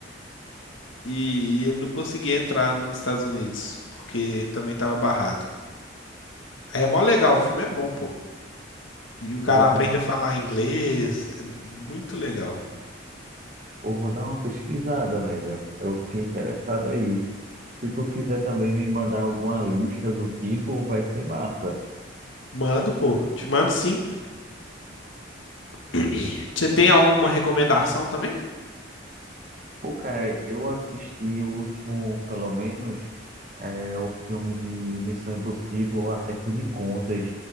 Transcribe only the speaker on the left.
E, e ele não conseguia entrar nos Estados Unidos, porque também tava barrado. Aí é mó legal, o filme é bom, pô. E o cara
aprende
a falar inglês, é muito legal.
Mando, pô, te mando sim. <clears throat> Você tem alguma recomendação também?